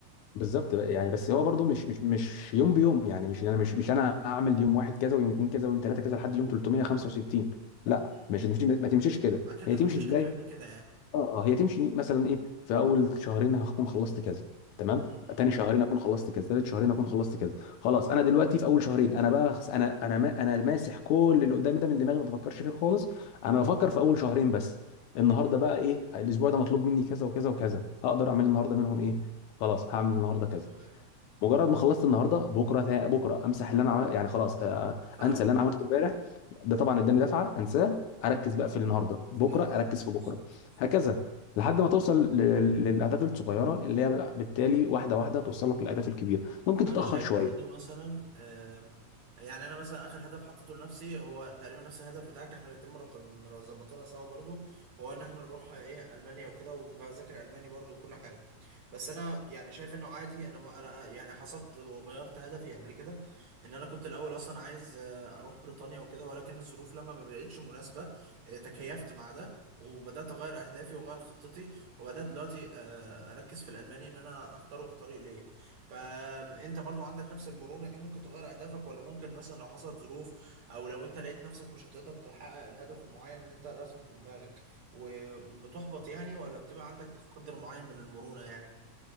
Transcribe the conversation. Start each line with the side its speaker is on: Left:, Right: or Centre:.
Left: بالظبط بقى، يعني
Right: م-
Left: بس
Right: م-
Left: هو برضو مش مش مش يوم بيوم يعني مش انا مش مش انا هعمل يوم واحد كذا ويوم اتنين كذا ويوم تلاته كذا
Right: م-
Left: لحد يوم 365 لا
Right: م-
Left: مش
Right: م.
Left: مش- ما تمشيش كده
Right: اكيد
Left: هي
Right: ما
Left: تمشي
Right: فيش
Left: ازاي
Right: حد بيعمل كده يعني
Left: اه اه هي تمشي مثلا ايه في اول شهرين هكون خلصت كذا تمام
Right: م- م-
Left: تاني شهرين اكون خلصت كذا تالت شهرين اكون خلصت كذا خلاص انا دلوقتي في اول شهرين انا بقى انا انا ما انا ماسح كل اللي قدامي ده من دماغي ما بفكرش فيه خالص انا بفكر
Right: م-
Left: في اول شهرين بس النهارده
Right: م- م-
Left: بقى ايه الاسبوع ده مطلوب مني كذا وكذا وكذا هقدر اعمل
Right: م.
Left: النهارده منهم ايه خلاص هعمل النهارده كذا
Right: تمام
Left: مجرد ما خلصت النهارده بكره تا... بكره امسح اللي انا عمل... يعني خلاص آه، آه،
Right: فاهمك
Left: انسى اللي انا
Right: اه
Left: عملته امبارح ده طبعا اداني دفعه انساه اركز بقى في النهارده بكره
Right: في الها-
Left: اركز
Right: اه بالظبط
Left: في بكره
Right: بالظبط
Left: هكذا لحد ما توصل
Right: م.
Left: ل... للاهداف الصغيره اللي هي بالتالي واحده واحده توصلك للاهداف الكبيره ممكن تتاخر
Right: انا شايف
Left: شويه
Right: برضو مثلا آه، يعني انا مثلا اخر هدف حطيته لنفسي هو تقريبا نفس الهدف بتاعك احنا الاتنين مرت- مرا- ظبطنا سوا برضو هو ان احنا نروح آه، ايه المانيا وكده وبذاكر الماني برضو وكل حاجه بس انا يعني شايف انه عادي انا ما انا يعني حصلت وغيرت هدفي قبل كده ان انا كنت الاول اصلا عايز آه، اروح بريطانيا وكده ولكن الظروف لما ما بقتش مناسبه آه، تكيفت مع ده وبدأت أغير أهدافي وأغير خطتي وبدأت دلوقتي آه، أركز في الألماني إن أنا أختاره كطريق ليا فانت برضو عندك نفس المرونة دي ممكن تغير اهدافك ولا ممكن مثلا لو حصلت ظروف او لو انت لقيت نفسك مش هتقدر تحقق الهدف المعين اللي انت راسمه في دماغك وبتحبط يعني ولا بتبقى عندك قدر معين من المرونة يعني